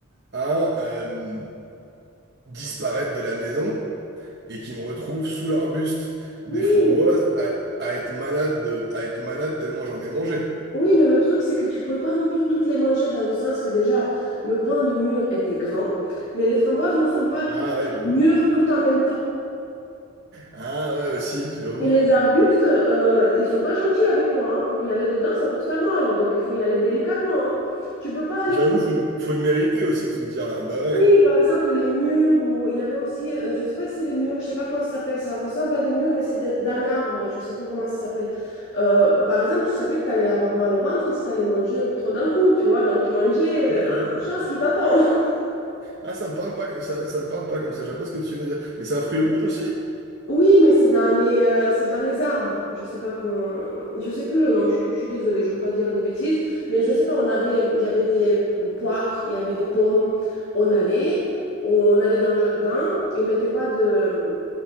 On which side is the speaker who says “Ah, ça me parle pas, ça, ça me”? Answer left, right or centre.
Right